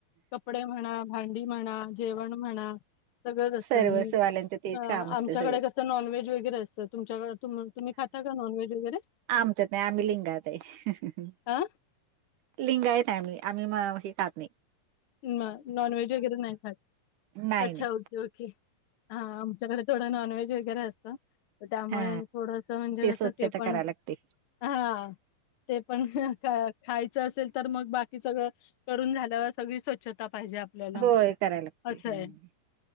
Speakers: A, on the left; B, on the right.
A: कपडे म्हणा, भांडी म्हणा, जेवण म्हणा सगळंच असतं
B: सर्वच
A: आणि
B: वाल्यांचं तेच काम असते
A: आमच्याकडे
B: सगळं
A: कसं नॉन वेज वगैरे असतं, तुमच्याकड तुम तुम्ही खाता का नॉन वेज वैगेरे?
B: आमच्या नाही, आम्ही लिंगायत आहे.
A: हा
B: लिंगायेत आम्ही, आम्ही मग हे खात नाही
A: नॉन व्हेज वगैरे नाही खात,
B: नाही
A: अच्छा
B: नाही
A: ओके ओके हा आमच्याकडे थोडं नॉन-वेज वगैर असत त्यामुळे
B: हा
A: थोडस म्हणजे
B: स्वच्छता
A: कस ते पण,
B: करायला लागते
A: हा ते पण खायचं असेल तर मग, बाकी सगळं करून झाल्या वरच सगळी स्वच्छता पाहिजे आपल्याला,
B: होय करायला लागते
A: असं
B: हम्म.
A: ए,